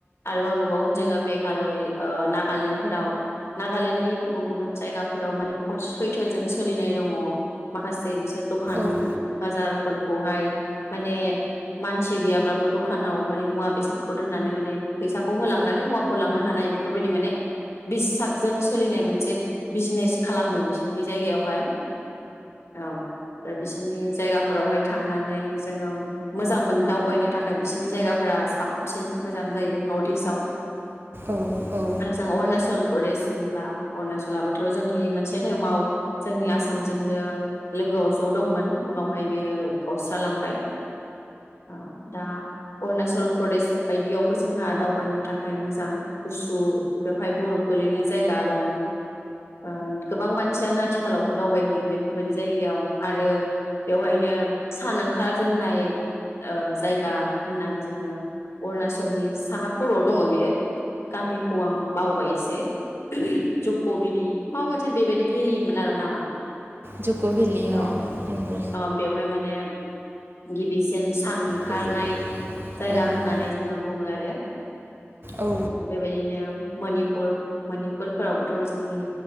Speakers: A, on the left (about 75°); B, on the right (about 55°).
A: आरोबाव नुबावगोन जोंङो मेघालय ओ नागालेण्डफोराव नागालेण्डनि गुबुन गुबुन जायगाफोराव माने बुहुत सैथोजों सोलिनाय दंङ माखासे दखान
B: औ
A: बाजारफोरखौहाय माने मानसि गैयाब्लाबो दखानाव माने मुवा बेसादखौ दोननानै माने फैसाखौ होलांनानै मुवाखौ लांनो हानाय बेफोरबायदि माने बिससाकजों सोलिनाय मोनसे बिजनेस खालामो बिसोरनि जायगायावहाय औ आरो बिसोरनि जायगाखौ फोरावहाय थांनानै मोजां मोन दावबायनो थाखाय बिसिनि जायगाफोरा साबसिन मोजां जायो नर्थ इस्टआव
B: औ औ
A: आरो जों अरुणाचल प्रदेश होनबा अरुणाचलआबोथ जोंनि मोनसे समाव जोंनि आसामजोंनो लोगोआव ज दंमोन उनाव ओमफ्राय बियो गावस्रालांबाय ओ दा अरुणाचल प्रदेश बायदियावबो जोंहा दावबायनो थाखाय मोजां गुसु बेवहाय बरफ गोलैनाय जायगा दं ओ गोबां मानसियानो आ आखालावथ दावबायहैयो बेफोरबायदि जायगायाव आरो बेवहायनो सानांग खार दोननाय ओ जायगा होननानै जोंङो अरुणचलनि साहा खर' दंङ बियो गामिखौ आं बावबाय एसे जक भेलि माबा मोनसे बेबायदि भेलिमोन आरो नामा
B: जो को भी ली हूँ
A: औ
B: लूँगा
A: अ बेवहाय माने गिबिसिन सानखारनाय
B: जो को भी
A: जायगा
B: ओ
A: होननानै जोंङो बुंङो आरो
B: ओ
A: बे बायदिनो। मनिपुर मनिपुरफोरावबोथ' जोंनि